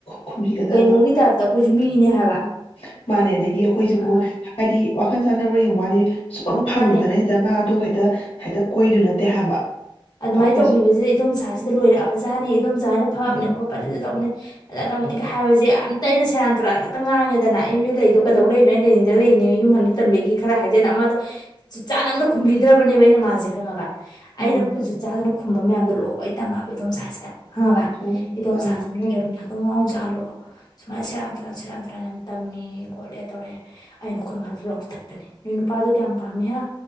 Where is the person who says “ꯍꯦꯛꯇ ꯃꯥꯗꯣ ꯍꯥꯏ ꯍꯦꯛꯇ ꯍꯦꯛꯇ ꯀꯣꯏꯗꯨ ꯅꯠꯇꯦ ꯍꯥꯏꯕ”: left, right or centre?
Left